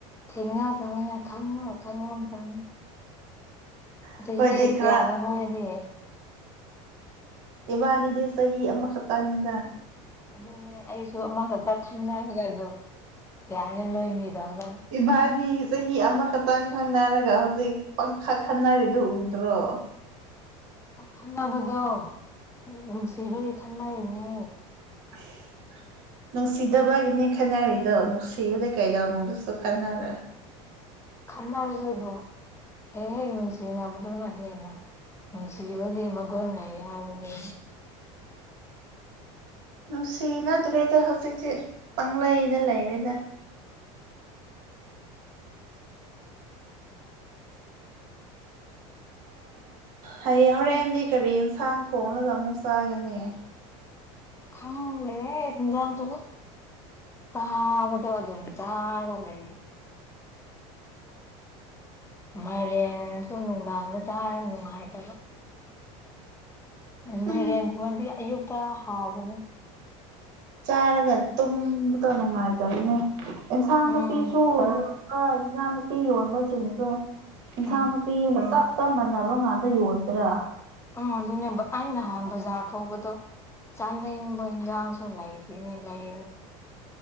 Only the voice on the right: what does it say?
ꯑꯩꯈꯣꯏꯗꯤ
ꯈꯔ
ꯏꯕꯥꯅꯤꯗꯤ ꯆꯍꯤ ꯑꯃꯈꯛꯇꯪꯅꯤꯗ
ꯏꯕꯥꯅꯤ ꯆꯍꯤ ꯑꯃꯈꯛꯇꯪ ꯈꯪꯅꯔꯒ ꯍꯧꯖꯤꯛ ꯄꯪꯈꯛ ꯈꯟꯅꯔꯤꯗꯨꯣ ꯎꯗ꯭ꯔꯣ
<inaudible> ꯅꯨꯡꯁꯤꯗꯕꯒꯤꯅꯤ ꯈꯟꯅꯔꯤꯗꯣ ꯅꯨꯡꯁꯤꯕꯗꯩ ꯀꯩꯗꯧ ꯅꯨꯡꯗꯁꯨ ꯈꯟꯅꯔꯦ
ꯅꯨꯡꯁꯤꯅꯗ꯭ꯔꯦꯗ ꯍꯧꯖꯤꯛꯁꯤ ꯄꯩꯗ ꯂꯩꯔꯦꯗ ꯍꯌꯦꯡ ꯍꯣꯔꯦꯟꯗꯤ ꯀꯔꯤ ꯌꯦꯟꯁꯥꯡ ꯊꯣꯡꯡꯂꯒ ꯑꯃꯨꯛ ꯆꯥꯒꯅꯤ
ꯎꯝ
ꯆꯥꯔꯒ ꯇꯨꯝꯕꯗ ꯅꯨꯡꯉꯥꯏꯇꯕꯅꯦ ꯏꯟꯁꯥꯡ ꯅꯥꯄꯤꯁꯨ
ꯀ ꯏꯟꯁꯥꯡ ꯅꯨꯨꯄꯤ ꯌꯣꯟꯕꯁꯤꯡꯁꯨ ꯏꯟꯁꯥꯡ
ꯅꯨꯄꯤ ꯅꯨꯄꯤ ꯆꯞ ꯆꯞ ꯃꯥꯟꯅꯕ ꯉꯥꯛꯇ ꯌꯣꯟꯗ꯭ꯔꯥ